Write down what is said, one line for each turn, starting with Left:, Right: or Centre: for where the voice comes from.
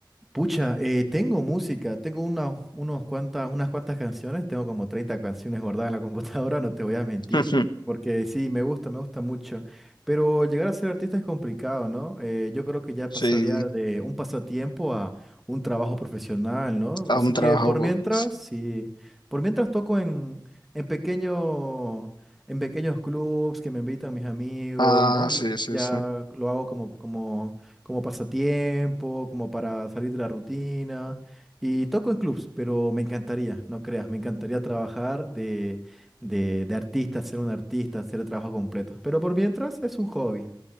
Centre: Pucha, eh, tengo música, tengo una- unos cuanta- unas cuantas canciones, tengo como 30 canciones guardadas en la computadora, no te voy a mentir,
Left: <laughs> Ujú.
Centre: porque sí, me gusta, me gusta mucho, pero llegar a ser artista es complicado, ¿no? Eh, yo creo que ya
Left: Sí,
Centre: pasaría de un pasatiempo a un trabajo profesional, ¿no?
Left: a
Centre: Así
Left: un trabajo.
Centre: que por mientras,
Left: sí.
Centre: sí, por mientras toco en, en pequeño, en pequeños clubs que me invitan mis amigos,
Left: Ah,
Centre: ¿no? Lo-
Left: sí, sí,
Centre: Ya
Left: sí.
Centre: lo hago como, como como pasatiempo, como para salir de la rutina. Y toco en clubs, pero me encantaría, no creas, me encantaría trabajar de, de, de artista, ser un artista, hacer el trabajo completo. Pero por mientras es un hobby.